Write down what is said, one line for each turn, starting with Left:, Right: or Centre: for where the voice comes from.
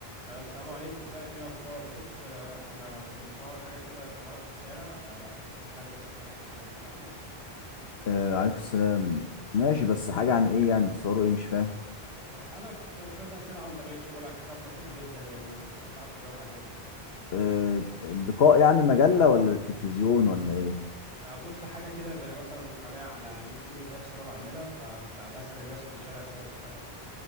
Right: آه، السلام عليكم ازيك ايه الاخبار بص آه، احنا بنصور حاجه كده صغيره في الشارع آه، هسالك بس شويه اسئله تسمح لي
Left: آه عليكم السلام ماشي بس حاجة عن ايه يعني بتصوروا ايه مش فاهم
Right: هسالك آه، شويه اسئله عن طبيعه شغلك حاجات بسيطه جدا يعني اكيد هتعرف تجاوب عليها ما تقلقش
Left: آه اللقاء يعني مجلة ولا التلفزيون ولا ايه
Right: آه، بص حاجه كده زي مثلا قناه على يوتيوب بس انا بعملها فبسال الناس في الشارع شويه شوية اسئله